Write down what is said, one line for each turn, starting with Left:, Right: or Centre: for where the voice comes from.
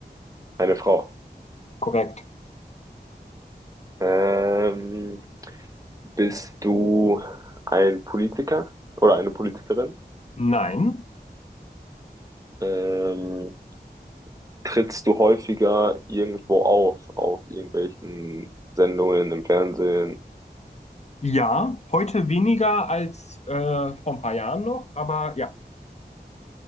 Right: eine Frau?
Left: korrekt.
Right: Ähm, Bist du ein Politiker oder eine Politikerin?
Left: Nein.
Right: Ähm, trittst du häufiger irgendwo auf, auf irgendwelchen Sendungen im Fernsehen?
Left: Ja, heute weniger als äh, vor ein paar Jahren noch, aber ja.